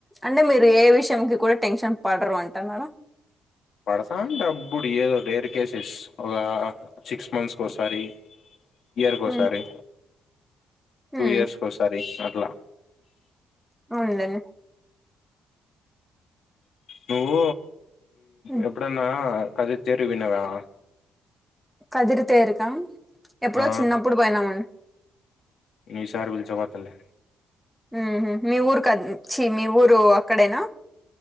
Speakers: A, in the centre; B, on the left (about 60°).
A: అంటే మీరు ఏ విషయం కి కూడా టెన్షన్ పడరు అంటున్నారు
B: పడుతాంట అప్పుడు ఏదో డేర్ కేసెస్ ఒక సిక్స్ మంత్స్ కోసారి ఇయర్ ఒకసారి
A: హ్మ్. హ్మ్.
B: టూ ఇయర్స్ కి ఒకసారి అట్లా
A: ఉండని
B: నువ్వు
A: హ్మ్.
B: ఎప్పుడన్నా కథ చేరి విన్నావా
A: కదిరి తేరుక ఎప్పుడో
B: ఆ
A: చిన్నప్పుడు బోయినామన్
B: మీ షార్ బిల్ చ బోతలే
A: ఊహు మీ ఊరు కద్ చీ మీ ఊరు అక్కడేనా